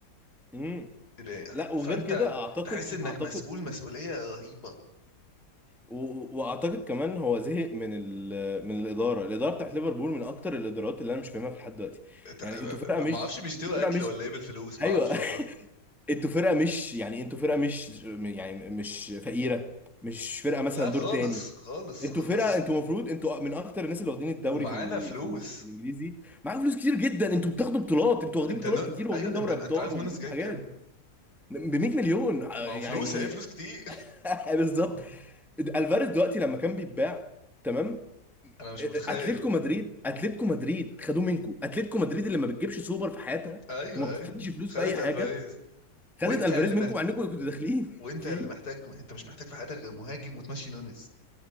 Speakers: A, in the centre; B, on the left.
A: امم
B: لا،
A: لا وغير
B: فانت
A: كده اعتقد
B: تحس انك
A: اعتقد
B: مسؤول مسؤوليه رهيبه
A: و- واعتقد كمان هو زهق من ال... من الاداره الاداره بتاعت ليفربول من اكتر الادارات اللي انا مش فاهمها في لحد دلوقتي
B: ت-
A: يعني انتوا فرقه مش
B: ما اعرفش بيشتروا
A: انتوا فرقه
B: اكل
A: مش
B: ولا ايه بالفلوس ما
A: ايوه
B: اعرفش والله
A: <laughs> انتوا فرقه مش يعني انتوا فرقه مش يعني مش فقيره مش فرقه مثلا
B: لا خالص
A: دور تاني
B: خالص
A: انتوا
B: خالص
A: فرقه انتوا المفروض انتوا من اكتر الناس اللي واخدين الدوري
B: ومعانا
A: في ال...
B: فلوس
A: في ال... في الانجليزي معاكم فلوس كتير جدا انتوا بتاخدوا بطولات انتوا واخدين
B: انت
A: بطولات
B: ن...
A: كتير
B: ايوه
A: واخدين دوري
B: انت انت
A: ابطال
B: عارف
A: واخدين
B: نونس جايب
A: حاجات
B: كام
A: ب 100 مليون ع-
B: ما
A: يعني
B: هو فلوس هي فلوس كتير
A: <laughs> بالظبط الفاريز دلوقتي لما كان بيتباع تمام
B: انا مش
A: اتلتيكو
B: متخيل
A: مدريد اتلتيكو مدريد خدوه منكم اتلتيكو مدريد اللي ما بتجيبش سوبر في حياتها
B: ايوه
A: وما بتدفعش
B: ايوه
A: فلوس
B: خدت
A: باي حاجه
B: الفاريز
A: خدت
B: وانت
A: الفاريز
B: اللي
A: منكم
B: محت...
A: مع انكم كنتوا داخلين
B: وانت
A: <laughs> فيه
B: اللي محتاج انت مش محتاج في حياتك غير مهاجم وتمشي نونيز